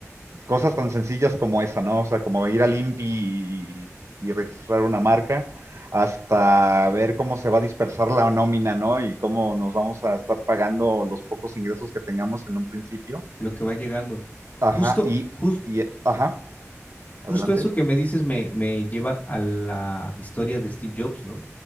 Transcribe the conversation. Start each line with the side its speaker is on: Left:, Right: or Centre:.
Right: cosas tan sencillas como esa, ¿no? O sea, como ir al INPI y, y registrar una marca, hasta ver cómo se va a dispersar la nómina, ¿no? Y cómo nos vamos a estar pagando los pocos ingresos que tengamos en un principio.
Left: lo que va llegando.
Right: Ajá,
Left: Justo,
Right: y,
Left: jus-
Right: y ajá, adelante.
Left: justo eso que me dices me, me lleva a la historia de Steve Jobs, ¿no?